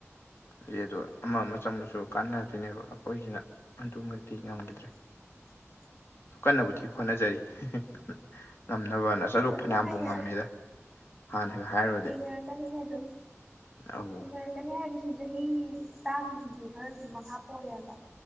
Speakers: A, on the left (about 50°); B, in the centre.
A: ꯐꯩ ꯑꯗꯨ ꯑꯃ ꯑꯃ ꯆꯪꯕꯁꯨ ꯀꯥꯟꯅꯗꯣꯏꯅꯦꯕ ꯑꯩꯈꯣꯏꯁꯤꯅ ꯑꯗꯨꯃꯛꯇꯤ ꯉꯝꯒꯤꯗ꯭ꯔꯦ
B: <inaudible>
A: ꯀꯟꯅꯕꯨꯗꯤ ꯍꯣꯠꯅꯖꯔꯤ <unintelligible> ꯉꯝꯅꯕꯅ ꯑꯁ ꯑꯗꯨ
B: ꯑꯗꯨꯝ
A: ꯐꯅ꯭ꯌꯥꯝꯕꯨ
B: ꯍꯩꯅ
A: ꯉꯝꯃꯦꯗ ꯍꯥꯟꯅꯒ ꯍꯥꯏꯔꯨꯔꯗꯤ
B: ꯍꯩꯅꯔꯛꯀꯅꯤꯍꯦ ꯗꯨꯝ
A: ꯑꯧ
B: ꯍꯩꯅꯔꯛꯀꯅꯤ ꯍꯥꯏꯗꯤ ꯆꯍꯤ ꯃꯇꯥꯡꯒꯤ ꯈꯔꯁꯨ ꯃꯈꯥ ꯄꯣꯜꯂꯦꯕ